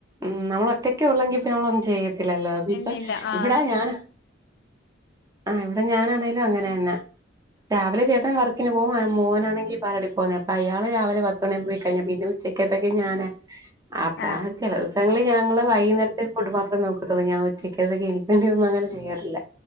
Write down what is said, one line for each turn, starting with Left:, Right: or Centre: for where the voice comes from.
Right: ഉം നമ്മൾ ഒറ്റക്കെ ഉള്ളെങ്കി ഇപ്പ നമ്മള ഒന്നും ചെയ്യത്തില്ലല്ലോ അതിപ്പ
Left: ഇല്ല ഇല്ല ആഹ്
Right: ഇവിടാ ഞാൻ ആ് ഇവിടെ ഞാനാണെേലും അങ്ങനെന്നെ രാവിലെ ചേട്ടൻ വർക്ക് ക്ന് പോഅ മോനാണെങ്കിബാല വടി പോകേ അപ്പൊ അയാള് രാവിലെ പത്ത മണ പോയി കഴിഞ്ഞ പിന്നെ ഉച്ചയ്ക്കത്തൊക്കെ ഞാാന് ആപ്പാ
Left: ആഹ്
Right: ദിവസങ്ങള് ഞങ്ങള് വൈകുന്നരത്തെ ഫുഡ് മാത്രേ നോക്കത്തുള്ളൂഞാൻ ഉച്ചക്കതൊക്കെ എനിക്ക് വേണ്ടിന്നുംങ്ങനെ ചെയ്യാറില്ല